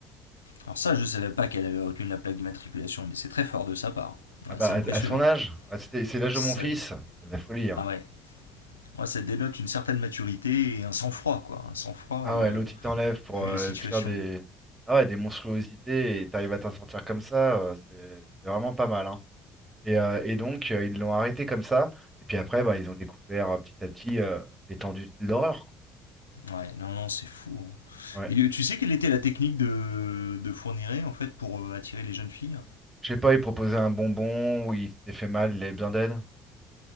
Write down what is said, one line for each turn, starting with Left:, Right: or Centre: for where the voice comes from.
Left: Alors ça, je ne savais pas qu'elle avait retenu la plaque d'immatriculation, mais c'est très fort de sa part.
Right: Ah
Left: Ouais,
Right: bah,
Left: c'est
Right: à,
Left: impressionnant.
Right: à son âge, Ah, c'était- c'est l'âge
Left: ça,
Right: de mon fils, c'est de la folie, hein.
Left: ah ouais, Ouais, ça dénote une certaine maturité et un sang-froid, quoi. Un sang-froid,
Right: Ah
Left: euh,
Right: ouais, l'autre il t'enlève pour
Left: vu
Right: euh,
Left: la situation.
Right: te faire des, ah ouais, des monstruosités et t'arrives à t'en sortir comme ça, euh, c'est c'est vraiment pas mal, hein. Et, euh, et donc euh, ils l'ont arrêté comme ça, et puis après bah, ils ont découvert euh, petit à petit euh, l'étendue de l'horreur, quoi.
Left: Ouais, non, non, c'est fou. hein.
Right: Ouais.
Left: Et tu sais quelle était la technique de, de Fourniret, en fait, pour euh, attirer les jeunes filles
Right: Je sais pas, il proposait un bonbon ou il s'était fait mal, il avait besoin d'aide.